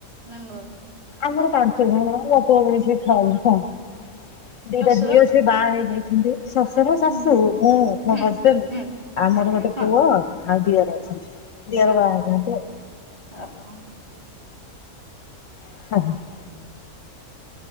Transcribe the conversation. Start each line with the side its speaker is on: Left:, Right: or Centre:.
Right: ମେମ୍ବର?
Left: ଆମର ପାଞ୍ଚ ଜଣ ନାତିଆକୁ ମିଶେଇକି ଛଅ ଜଣ ଦିଟା
Right: ଶ୍ୱଶୁର
Left: ଝିଅ ସେ ବାହା ହେଇଯାଇଛନ୍ତି। ଶଶୁର, ଶାଶୁ
Right: ହୁଁ
Left: ମୁଁ ମୋ
Right: ହୁଁ
Left: ହଜବେଣ୍ଡ
Right: ହୁଁ
Left: ଆମର
Right: ହଁ
Left: ଗୋଟେ
Right: ହଁ।
Left: ପୁଅ ଆଉ ଦିଅର ଅଛନ୍ତି। ଦିଅର
Right: ଓହୋ
Left: ବାହା ହେଇନାହାନ୍ତି ଆଉ।
Right: ଓହୋ।
Left: <unintelligible>